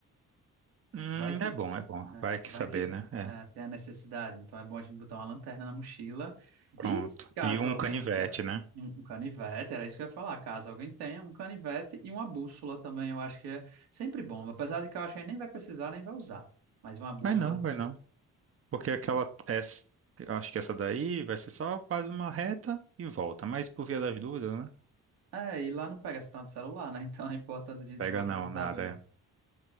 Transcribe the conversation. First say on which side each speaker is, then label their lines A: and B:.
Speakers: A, on the right (about 35°); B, on the right (about 80°).
A: Hum,
B: Vai que,
A: é bom, é bom.
B: é,
A: Vai que
B: vai
A: saber,
B: que
A: né? É.
B: é, tem a necessidade. Então é bom a gente botar uma lanterna na mochila.
A: Pronto.
B: E caso
A: E um
B: alguém.
A: canivete,
B: é,
A: né?
B: Um um canivete, era isso que eu ia falar. Caso alguém tenha um canivete e uma bússola também, eu acho que é sempre bom. Apesar de que eu acho que a gente nem vai precisar, nem vai usar. Mas uma bússola
A: Vai não,
B: é boa.
A: vai não.
B: ter.
A: Porque aquela. essa- acho que essa daí vai ser só quase uma reta e volta. Mas por via das dúvidas, né?
B: É, e lá não pega sinal de celular, né? <laughs> Então é importante a gente
A: Pega
B: se localizar
A: não, nada.
B: bem.
A: é.